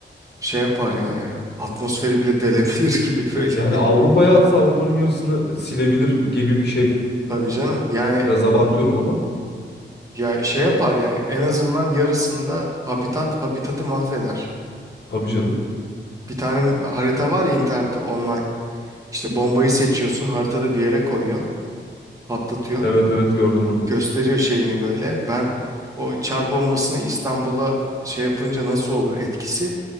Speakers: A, on the right; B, on the left.
A: şey yapar yani atmosferi bile delebilir <laughs> gibi böyle
B: Yani
A: bir.
B: Avrupa'ya atsa Avrupa'nın yarısını silebilir gibi bir şey.
A: Tabii
B: Ya,
A: canım. Yani
B: Biraz abartıyorum ama.
A: ya şey yapar yani en azından yarısında habitat habitatı mahveder.
B: Tabii canım.
A: Bir tane harita var ya internette online. İşte bombayı seçiyorsun haritada bir yere koyuyorsun. patlatıyorsun.
B: Evet evet gördüm onu.
A: Gösteriyor şeyini böyle. Ben o çar bombasını İstanbul'a şey yapınca nasıl olur etkisi?